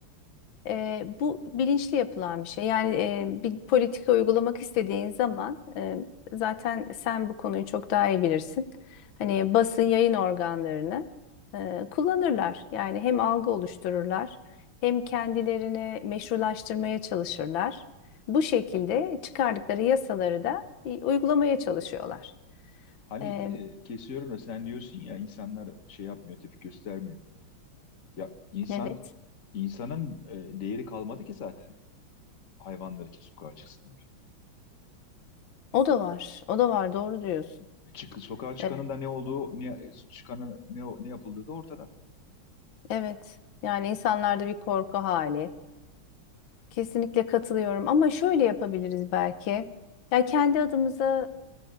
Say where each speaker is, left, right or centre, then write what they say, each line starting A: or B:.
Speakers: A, on the left; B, on the left.
A: E, bu bilinçli yapılan bir şey. Yani e, bir politika uygulamak istediğin zaman e, zaten sen bu konuyu çok daha iyi bilirsin. Hani basın yayın organlarını e, kullanırlar. Yani hem algı oluştururlar hem kendilerini meşrulaştırmaya çalışırlar. Bu şekilde çıkardıkları yasaları da e, uygulamaya çalışıyorlar.
B: Hani
A: E,
B: e, kesiyorum da sen diyorsun ya insanlar şey yapmıyor, tepki göstermiyor. Ya insan
A: evet.
B: insanın e, değeri kalmadı ki zaten hayvanlar için sokağa çıksınlar.
A: O da var. O da var. Doğru diyorsun.
B: Çık, sokağa çıkanın
A: E,
B: da ne olduğu, ne çıkanın ne ne yapıldığı da ortada.
A: evet. Yani insanlarda bir korku hali. Kesinlikle katılıyorum ama şöyle yapabiliriz belki. Ya kendi adımıza